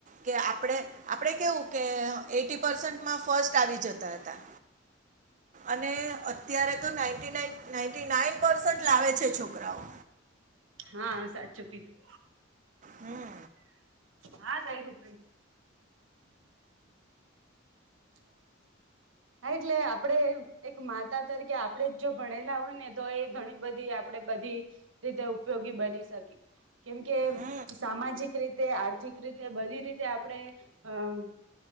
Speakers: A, on the right; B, on the right.
A: કે આપણે આપડે કેવું કે એટી પસન્ટમાં ફસ્ટ આવી જતા હતા અને અત્યારે ના ના ના નાન પરસન્ટ લાવે છે છોકરાઓ
B: હા સાચું કીધું
A: હમ
B: હા કઈું કઈું <inaudible> <inaudible> <inaudible> હા એટલે આપણે એક માતા તરીકે આપણેે જ જો ભણેલા હોય ને તો એ ઘણી બધી આપડે રીતે ઉપયોગી બની શકી કેમ કે
A: હમ
B: સામાજિક રીતે આર્થિક રીતે બધી રીતે આપડણે અમ